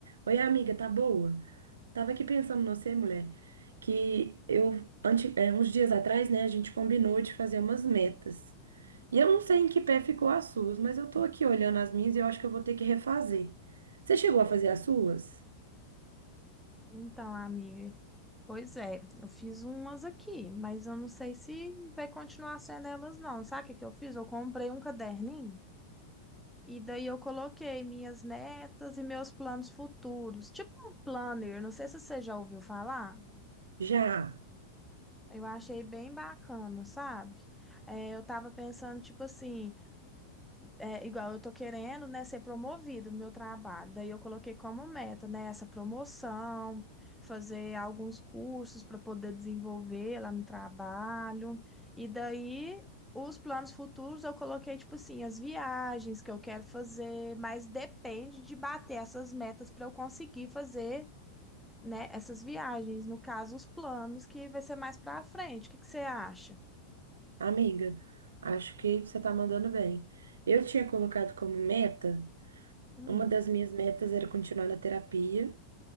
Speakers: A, on the right; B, in the centre.
A: Oi, amiga, tá boa? Tava aqui pensando em você, mulher, que eu, ante, é, uns dias atrás, né, a gente combinou de fazer umas metas. E eu não sei em que pé ficou as suas, mas eu tô aqui olhando as minhas e eu acho que eu vou ter que refazer. Você chegou a fazer as suas?
B: Então, amiga, pois é, eu fiz umas aqui, mas eu não sei se vai continuar sendo elas, não. Sabe o que que eu fiz? Eu comprei um caderninho e daí eu coloquei minhas metas e meus planos futuros, tipo um planner, não sei se você já ouviu falar.
A: Já,
B: Eu achei bem bacana, sabe? É, eu tava pensando, tipo assim, é, igual eu tô querendo, né, ser promovido no meu trabalho. Daí eu coloquei como meta, né, essa promoção, fazer alguns cursos para poder desenvolver lá no trabalho. E daí os planos futuros eu coloquei tipo assim, as viagens que eu quero fazer, mas depende de bater essas metas para eu conseguir fazer, né, essas viagens, no caso os planos que vai ser mais para frente. O que que você acha?
A: amiga. Acho que você tá mandando bem. Eu tinha colocado como meta,
B: Hum,
A: uma das minhas metas era continuar na terapia,